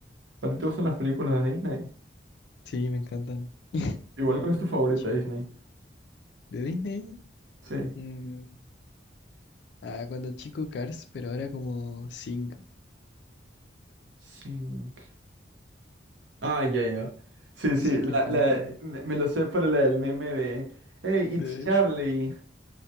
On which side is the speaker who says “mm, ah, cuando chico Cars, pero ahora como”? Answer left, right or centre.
Left